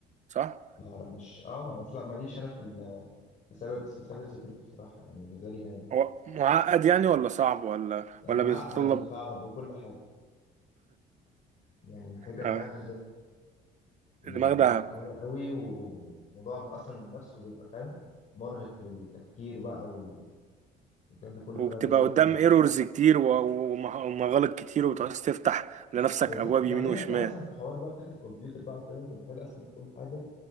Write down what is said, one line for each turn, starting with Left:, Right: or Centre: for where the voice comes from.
Right: صح
Left: لا لا مش اه ما اصل لا ماليش انا في السبب السايبر سيكيورتي بصراحه يعني بالنسبه لي كان
Right: هو معقد يعني ولا صعب ولا
Left: لا،
Right: ولا
Left: معقد
Right: بيتطلب
Left: وصعب وكل حاجة يعني محتاجة دماغ
Right: آه،
Left: يعني
Right: دماغ
Left: دماغ
Right: دهب
Left: قوية قوي والموضوع أصلا نفسه بيبقى فاهم مرهق للتفكير بقى وال- والكلام ده كله
Right: وبتبقى
Left: فلا بالنسبة لي
Right: قدام
Left: أنا
Right: ايرورز كتير و- و- ومغالط كتير وبتعوز تفتح لنفسك
Left: بالظبط
Right: ابواب
Left: وبعدين
Right: يمين وشمال
Left: أنت أصلا في حوار بقى فكرة الكمبيوتر بقى وكده أنت محتاج أصلا تكون حاجة